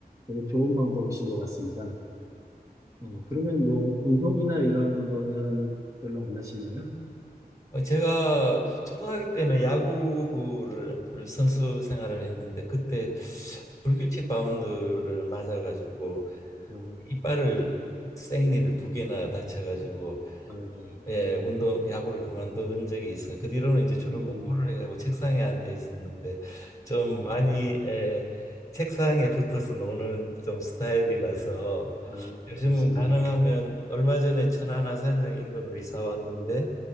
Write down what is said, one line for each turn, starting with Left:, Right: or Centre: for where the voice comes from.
Right: 되게 좋은 방법이신 것 같습니다. 어, 그러면 뭐 운동이나 이런 거는 별로 안 하시나요?
Left: 어, 제가 초등학교 때는 야구부를 선수 생활을 했는데 그때 불규칙 바운드를 맞아가지고
Right: 아,
Left: 이빨을 생니를 두 개나 다쳐가지고
Right: 아이고,
Left: 예 운동 야구를 그만둔 적이 있어. 요그 뒤로는 이제 주로
Right: 음,
Left: 공부를 하고 책상에 앉아 있었는데 좀
Right: 음,
Left: 많이 예, 책상에 붙어서 노는 좀 스타일이라서
Right: 아,
Left: 요즘은
Right: 그렇습니다.
Left: 가능하면 얼마 전에 천안 아산역 인근으로 이사 왔는데